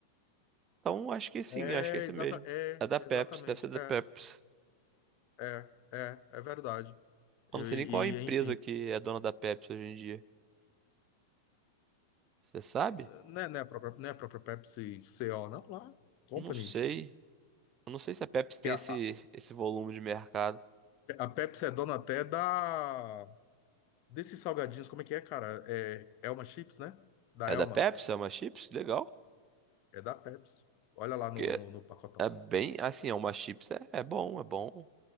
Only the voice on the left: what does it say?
é,
é, exata,
é,
exatamente,
é,
é, é, é verdade. Eu-
e,
enfim,
não é, não é a própria, não é a própria Pepsi CO, não, lá, Company,
que
é
a,
A Pepsi é dona até da. Desses salgadinhos, como é que é, cara? É Elma Chips, né? Da
Elma.
É da Pepsi. Olha lá no,
no, no pacotão.